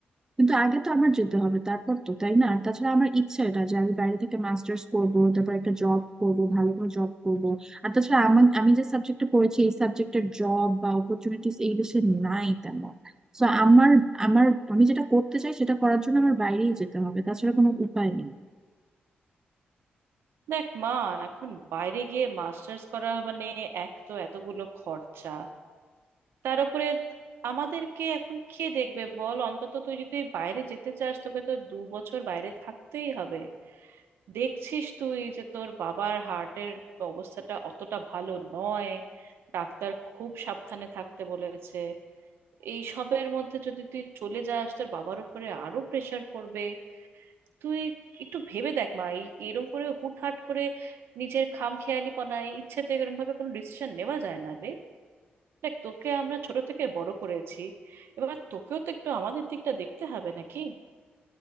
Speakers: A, on the right; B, on the right.
A: কিন্তু আগে তো আমার যেতে হবে তারপর তো তাই না আর তাছাড়া আমার ইচ্ছা এটা যে আমি বাইরে থেকে মাস্টার্স করব তারপর একটা জব করব ভালো করে জব করব আর তাছাড়া আমার আমি যে সাবজেক্টে পড়েছি এই সাবজেক্টের জব বা অপরচুনিটিস এই দেশে নাই তেমন তো আমার আমার আমি যেটা করতে চাই সেটা করার জন্য আমার বাইরেই যেতে হবে তাছাড়া কোনো উপায় নেই
B: দেখ মা এখন বাইরে গিয়ে মাস্টার্স করা মানে এক তো এতগুলো খরচা তার উপরে আমাদেরকে এখন কে দেখবে বল অন্তত তুই যদি বাইরে যেতে চাস তোকে তো দু বছর বাইরে থাকতেই হবে দেখছিস তুই যে তোর বাবার হার্টের অবস্থাটা অতটা ভালো নয় ডাক্তার খুব সাবধানে থাকতে বলেছে এই সবের মধ্যে যদি তুই চলে যাস তোর বাবার উপরে আরো প্রেশার পড়বে তুই একটু ভেবে দেখ মা এই- এরম করে হুটহাট করে নিজের খামখেয়ালিপনায় ইচ্ছেতে এরম ভাবে কোনো ডিসিশন নেওয়া যায় না রে দেখ তোকে আমরা ছোট থেকে বড় করেছি এবার তোকেও তো একটু আমাদের দিকটা দেখতে হবে নাকি